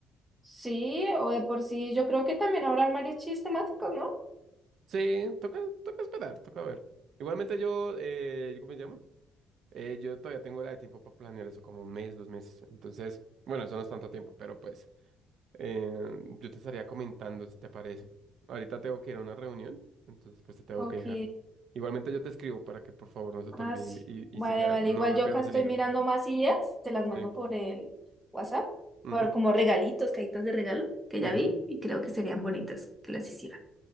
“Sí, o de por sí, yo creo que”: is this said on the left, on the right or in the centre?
Centre